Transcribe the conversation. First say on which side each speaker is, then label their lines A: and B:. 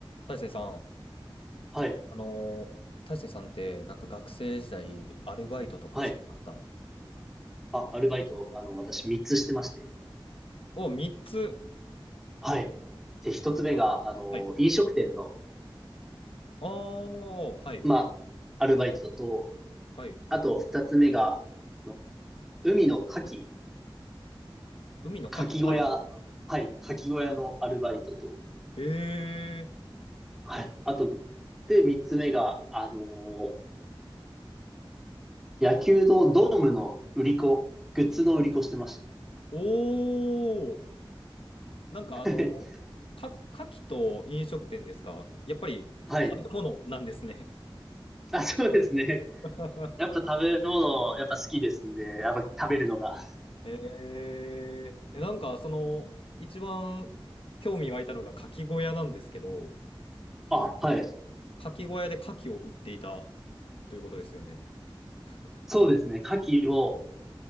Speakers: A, on the left; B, in the centre.
A: 大成さん、
B: はい。
A: あのー大成さんってなんか学生時代アルバイトとかしてました
B: はい。あ、アルバイト、あの、私3つしてまして。
A: お、3つ。
B: はい。で、1つ目が、あの、
A: はい。
B: 飲食店の、
A: ああ、はい。
B: まあ、アルバイトと、
A: はい。
B: あと2つ目が、あの海の牡蠣、
A: 海の牡蠣。
B: 牡蠣小屋、
A: はい。
B: はい、牡蠣小屋のアルバイトと、
A: ええ
B: はい。あと、で、3つ目が、あの、野球のドームの売り子、グッズの売り子してました。
A: おおー。なんかあの、
B: <laughs>
A: か、牡蠣と飲食店ですかやっぱり食べ物なんですね。
B: はい。あ、そうですね。
A: <laughs>
B: やっぱ食べ物、やっぱ好きですんで、やっぱ食べるのが。
A: えええ、なんかその、一番興味湧いたのが牡蠣小屋なんですけど、
B: あ、はい。
A: 牡蠣小屋で牡蠣を売っていたということですよね。その
B: そうですね。牡蠣を、